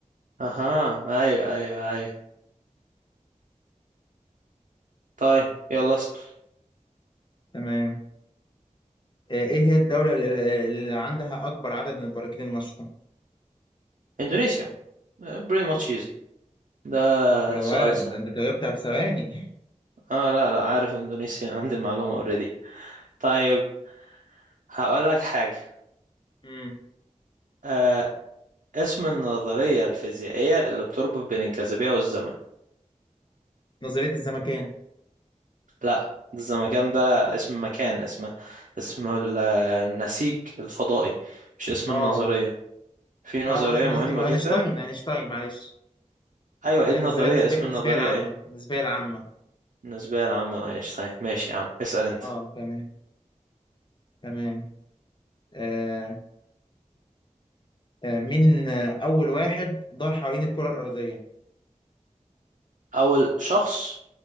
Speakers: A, on the right; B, on the left.
A: اها ايوه ايوه ايوه طيب يلا اسال
B: تمام آه، ايه هي الدولة اللي اللي عندها اكبر عدد من البراكين النشطة
A: اندونيسيا بريم ماتش ايزي ده
B: يا
A: سؤال
B: ولد
A: سهل
B: ده انت جبتها في ثواني
A: اه لا لا عارف اندونيسيا عندي المعلومه اوريدي طيب هقول لك حاجة
B: <laughs>
A: آه اسم النظرية الفيزيائية اللي بتربط بين الجاذبية والزمن
B: نظرية الزمكان
A: لا الزمكان ده اسم مكان اسم اسم ال- النسيج الفضائي مش اسم
B: اه
A: النظرية في نظرية
B: آه، آه، نظ-
A: مهمة
B: يبقى
A: جدا
B: اينشتاين اينشتاين معلش
A: أيوة
B: اللي
A: ايه النظرية
B: هي النظرية النسبية
A: اسم
B: النسبية
A: النظرية
B: العامة
A: ايه
B: النسبية العامة
A: النسبية العامة لأينشتاين ماشي يا عم اسأل انت
B: اه تمام تمام آه آه مين آه، أول واحد دار حوالين الكرة الأرضية
A: أول شخص